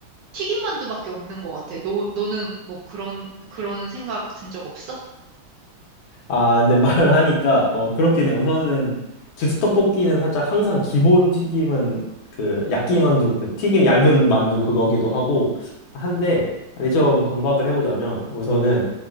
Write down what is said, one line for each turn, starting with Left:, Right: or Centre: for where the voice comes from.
Right: 튀김만두밖에 없는 것 같아. 너 너는 뭐 그런 그런 생각 든 적 없어?
Left: 아, 근데 말하니까 어 그렇긴 해. 우선은 즉석떡볶이는 살짝 항상 기본 튀김은 그 야끼만두, 그 튀김 얇은 만두 그거기도 하고 한데 아니 저 반박을 해보자면 우선은